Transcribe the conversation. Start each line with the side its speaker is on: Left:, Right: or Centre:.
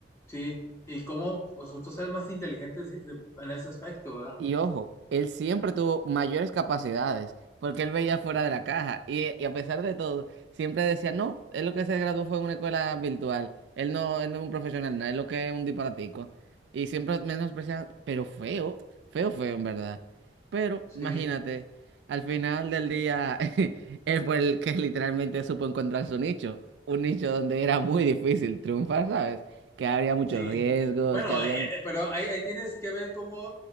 Left: Sí, y cómo vosotros eres más inteligentes en ese aspecto, ¿verdad?
Right: Y ojo, él siempre tuvo mayores capacidades porque él veía fuera de la caja y, y a pesar de todo, siempre decía, no, él lo que se graduó fue en una escuela virtual, él no, él no es un profesional, nada, él lo que es un disparatico. Y siempre menospreciaba, pero feo, feo, feo en verdad. Pero
Left: Sí.
Right: imagínate, al final del día, <laughs> él fue el que literalmente supo encontrar su nicho, un nicho donde era muy difícil triunfar, ¿sabes? Que había muchos
Left: Sí,
Right: riesgos,
Left: bueno,
Right: que habían...
Left: eh, eh, pero ahí, ahí tienes que ver cómo,